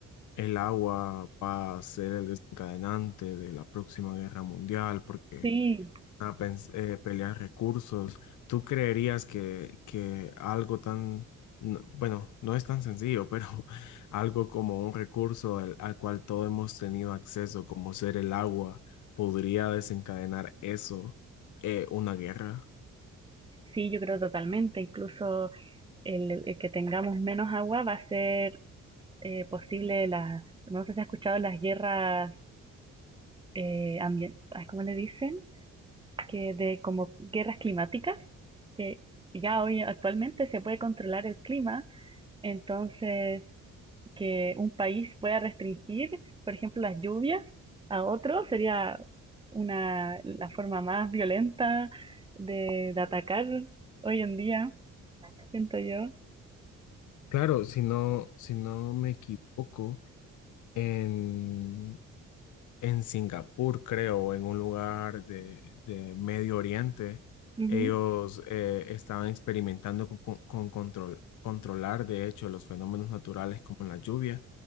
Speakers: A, on the left (about 75°); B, on the right (about 15°).
A: el agua va a ser el desencadenante de la próxima guerra mundial porque
B: Sí,
A: van a pens- eh, pelear recursos. ¿Tú creerías que, que algo tan, no- bueno, no es tan sencillo, pero <laughs> algo como un recurso al, al cual todos hemos tenido acceso, como ser el agua, podría desencadenar eso, eh, una guerra?
B: sí, yo creo totalmente. Incluso el, el que tengamos menos agua va a ser eh, posible las, no sé si has escuchado las guerras eh, ambientales, ¿cómo le dicen? que de como guerras climáticas, que ya hoy actualmente se puede controlar el clima, entonces que un país pueda restringir, por ejemplo, las lluvias a otro sería una, la forma más violenta de, de atacar hoy en día, siento yo.
A: Claro, si no, si no me equivoco, en, en Singapur, creo, en un lugar de, de Medio Oriente,
B: Ujú.
A: ellos eh, estaban experimentando con, con- con control, controlar, de hecho, los fenómenos naturales como la lluvia.